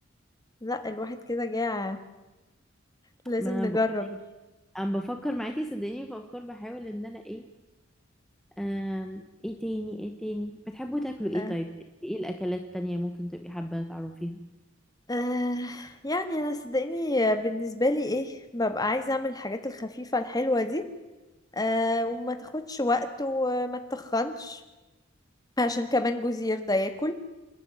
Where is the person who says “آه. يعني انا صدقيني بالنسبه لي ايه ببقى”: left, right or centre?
Left